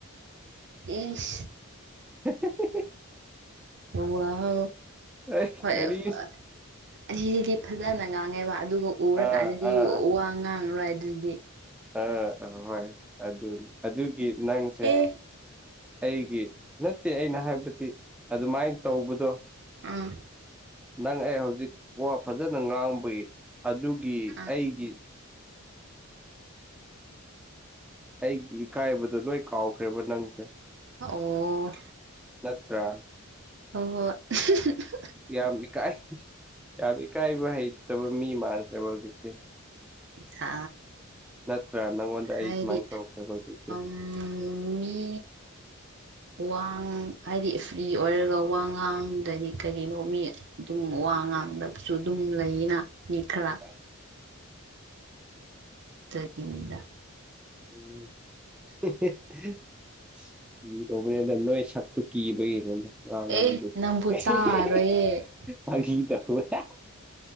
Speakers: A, on the right (about 50°); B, in the centre.
A: ꯏꯁ
B: <unintelligible>
A: ꯑꯣ ꯋꯥꯎ
B: ꯑꯩ
A: ꯍꯣꯏ
B: ꯀꯔꯤ
A: <unintelligible> ꯑꯁꯤꯗꯤ ꯐꯖꯅ ꯉꯥꯡꯉꯦꯕ ꯑꯗꯨꯕꯨ ꯎꯔꯀꯥꯟꯗꯗꯤ
B: ꯑꯥ ꯑꯥ
A: ꯋꯥ ꯉꯥꯡꯉꯔꯣꯏ ꯑꯗꯨꯗꯤ
B: ꯑꯥ ꯑꯥ ꯍꯣꯏ ꯑꯗꯨ ꯑꯗꯨꯒꯤ ꯅꯪꯁꯦ
A: ꯑꯦ
B: ꯑꯩꯒꯤ ꯅꯠꯇꯦ ꯑꯩꯅ ꯍꯥꯏꯕꯗꯤ ꯑꯗꯨꯃꯥꯏꯅ ꯇꯧꯕꯗꯣ
A: ꯑꯥ
B: ꯅꯪ ꯑꯩ ꯍꯧꯖꯤꯛ ꯋꯥ ꯐꯖꯅ ꯉꯥꯡꯕꯒꯤ ꯑꯗꯨꯒꯤ
A: ꯑꯥ
B: ꯑꯩꯒꯤ ꯑꯩꯒꯤ ꯏꯀꯥꯏꯕꯗꯣ ꯂꯣꯏ ꯀꯥꯎꯈ꯭ꯔꯦꯕ ꯅꯪꯁꯦ
A: ꯑꯣ
B: ꯅꯠꯇ꯭ꯔꯥ
A: ꯑꯣ <unintelligible>
B: ꯌꯥꯝ ꯏꯀꯥꯏ ꯌꯥꯝ ꯏꯀꯥꯏꯕ ꯍꯩꯇꯕ ꯃꯤ ꯃꯥꯟꯈ꯭ꯔꯦꯕ ꯍꯧꯖꯤꯛꯇꯤ
A: ꯁꯥ
B: ꯅꯠꯇ꯭ꯔꯥ ꯅꯪꯉꯣꯟꯗ ꯑꯩ
A: ꯍꯥꯏꯗꯤ
B: ꯁꯨꯃꯥꯏꯅ ꯇꯧꯈꯔ꯭ꯦꯕ ꯍꯧꯖꯤꯛꯇꯤ
A: <unintelligible> ꯃꯤ ꯋꯥꯡ ꯍꯥꯏꯗꯤ ꯐ꯭ꯔꯤ ꯑꯣꯏꯔꯒ ꯋꯥꯉꯥꯡꯗꯗꯤ ꯀꯔꯤꯅꯣ ꯃꯤ ꯗꯨꯝ ꯋꯥ ꯉꯥꯡꯗꯕꯁꯨ ꯑꯗꯨꯝ ꯂꯩꯌꯦꯅ ꯃꯤ ꯈꯔ
B: <inaudible>
A: <unintelligible>
B: <unintelligible> ꯃꯤ <unintelligible> ꯅꯣꯏ ꯁꯛꯇꯨ ꯀꯤꯕꯒꯤꯒꯣ ꯋꯥꯉꯥꯡꯒꯤ
A: ꯑꯦ ꯅꯪꯕꯨ
B: <unintelligible>
A: ꯆꯥꯔꯣꯏꯌꯦ
B: ꯐꯥꯒꯤ ꯇꯧꯕ